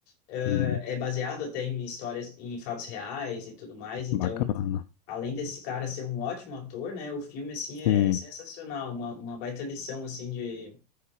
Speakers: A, on the left; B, on the left.
A: ah,
B: sim,
A: é baseado até em histórias, em fatos reais e tudo mais, então...
B: bacana.
A: Além desse cara ser um ótimo ator, né? O filme, assim, é,
B: Sim.
A: é sensacional. Uma, uma baita lição, assim, de,